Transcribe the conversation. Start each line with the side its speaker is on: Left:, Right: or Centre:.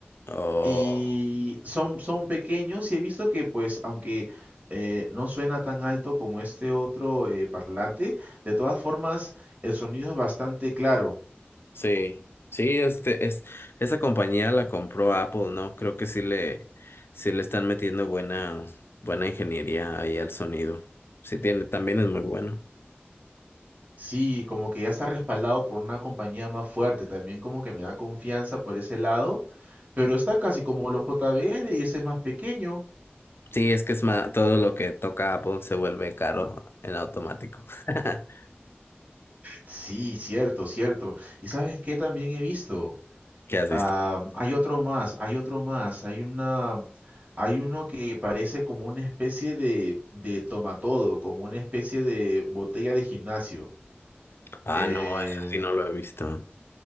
Left: Oh,
Right: Y son, son pequeños y he visto que, pues, aunque eh, no suena tan alto como este otro eh, parlante, de todas formas, el sonido es bastante claro.
Left: sí. Sí, este, es, esa compañía la compró Apple, ¿no? Creo que sí le, sí le están metiendo buena, buena ingeniería ahí al sonido. Sí tiene, también es muy bueno.
Right: Sí, como que ya está respaldado por una compañía más fuerte, también como que me da confianza por ese lado, pero está casi como los JBL y ese es más pequeño.
Left: Sí, es que es ma- todo lo que toca Apple se vuelve caro en automático. <laughs>
Right: Sí, cierto, cierto. ¿Y sabes qué también he visto?
Left: ¿Qué has
Right: Ah,
Left: visto?
Right: hay otro más, hay otro más, hay una, hay uno que parece como una especie de, de tomatodo, como una especie de botella de gimnasio.
Left: Ah,
Right: Em,
Left: no, eso sí no lo he visto.